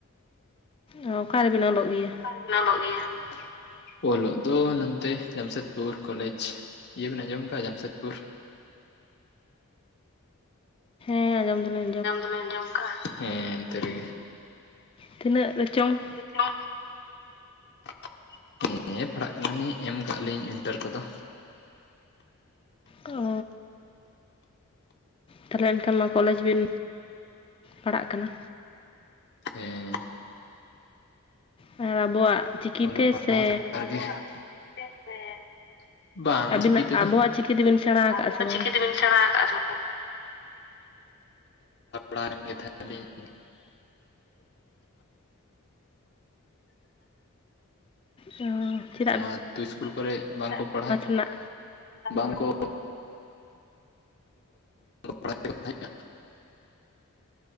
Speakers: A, on the left (about 25°); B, on the left (about 50°).
A: ᱚ ᱚᱠᱟᱨᱮ ᱵᱤᱱ ᱚᱞᱚᱜ ᱜᱮᱭᱟ?
B: ᱚᱠᱟ ᱨᱮᱵᱤᱱ ᱚᱞᱚᱜ ᱜᱮᱭᱟ? ᱚᱞᱚᱜ ᱫᱚ ᱱᱚᱱᱛᱮ ᱡᱟᱢᱥᱮᱫᱽᱯᱩᱨ ᱠᱚᱞᱮᱡᱽ ᱤᱭᱟᱹ ᱵᱮᱱ ᱟᱸᱡᱚᱢ ᱟᱠᱟᱜ ᱡᱟᱢᱥᱮᱫᱽᱯᱩᱨ?
A: ᱦᱮᱸ ᱟᱡᱚᱢ ᱫᱚᱞᱤ
B: ᱡᱚᱢ ᱫᱚᱞᱮᱢ ᱡᱚᱢ ᱠᱟᱜᱼᱟ ᱦᱮᱸ ᱮᱱᱛᱮ ᱨᱮᱜᱮ᱾
A: ᱛᱤᱱᱟᱹᱜ ᱨᱮᱪᱚᱝ?
B: ᱨᱮᱪᱟ, <inaudible> ᱯᱟᱲᱦᱟᱜ ᱠᱟᱱᱟᱞᱤᱧ ᱮᱢ ᱠᱟᱜᱼᱟ ᱞᱤᱧ ᱤᱱᱴᱟᱨ ᱠᱚᱫᱚ᱾
A: ᱚ ᱛᱟᱦᱞᱮ ᱮᱱᱠᱷᱟᱱ ᱢᱟ ᱠᱚᱞᱮᱡᱽ ᱵᱤᱱ ᱯᱟᱲᱟᱜ ᱠᱟᱱᱟ᱾
B: ᱦᱮᱸ
A: ᱟᱨ ᱟᱵᱚᱣᱟᱜ, ᱪᱤᱠᱤᱛᱮ
B: <inaudible>
A: ᱥᱮ
B: ᱵᱟᱝ
A: ᱟᱹᱵᱤᱱᱟᱜ
B: ᱪᱤᱠᱤ ᱛᱮᱫᱚ,
A: ᱟᱵᱚᱣᱟᱜ ᱪᱤᱠᱤ ᱛᱮᱵᱤᱱ ᱥᱮᱬᱟ ᱟᱠᱟᱫᱼᱟ
B: ᱟᱵᱚᱣᱟᱜ
A: ᱥᱮ ᱵᱟᱝᱟ
B: ᱪᱤᱠᱤ ᱛᱮᱵᱤᱱ ᱥᱮᱬᱟ ᱠᱟᱜᱼᱟ ᱥᱮ ᱵᱟᱝ <inaudible>
A: ᱦᱩᱸ ᱪᱤ
B: ᱱᱚᱣᱟ ᱟᱹᱛᱩ ᱤᱥᱠᱩᱞ ᱠᱚᱨᱮ ᱵᱟᱝᱠᱚ ᱯᱟᱲᱦᱟᱣᱮᱫ
A: ᱨᱮᱱᱟᱜ
B: ᱵᱟᱝᱠᱚ <inaudible> ᱯᱟᱲᱦᱟᱣᱮᱫ ᱠᱚ ᱛᱟᱦᱮᱸᱫ